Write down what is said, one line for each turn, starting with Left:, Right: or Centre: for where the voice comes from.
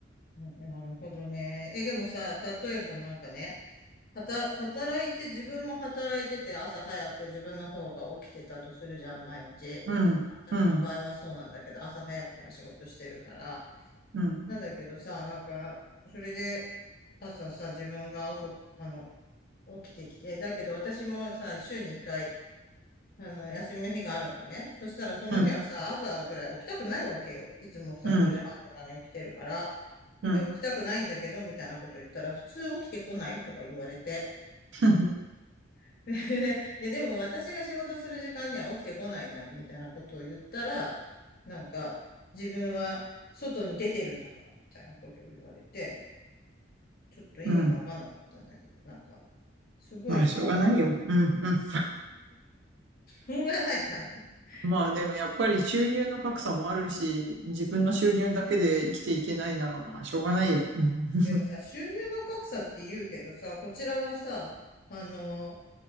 Left: なるほどね。え、でもさ、例えばなんかね、働、働いて、自分も働いてて、朝早く自分の方が起きてたとするじゃん、毎日。
Right: うん、
Left: まあ私の場合はそうなんだけど、
Right: うん、
Left: 朝早くから仕事してるから。
Right: うん、
Left: なんだけどさ、なんか、それで、朝さ、自分が遅く、あの、起きてきて、だけど私もさ、週に1回、あの、休みの日があるのね。そしたらその日はさ、
Right: うん。
Left: 朝ぐらい起きたくないわけよ。いつもさ、
Right: うん、
Left: 5時半とかに起きてるから。それで起きたくないんだけど、
Right: うん、
Left: みたいなこと言ったら、普通起きてこないとか言われて。
Right: <laughs>
Left: <laughs> で、いや、でも私が仕事する時間には起きてこないじゃん、みたいなことを言ったら、なんか、自分は外に出てるんだから、みたいなことを言われて、ちょっと意味がわかんなかったんだけど、
Right: うん。
Left: なんか、すごいさ、
Right: まあ、しょうがないよ。うん、うん。
Left: しょうがないかな。<laughs>
Right: まあ、でもやっぱり収入の格差もあるし、自分の収入だけで生きていけないなら、まあ、しょうがないよ。うん、
Left: でもさ、
Right: <laughs>
Left: 収入の格差って言うけどさ、こちらはさ、あの、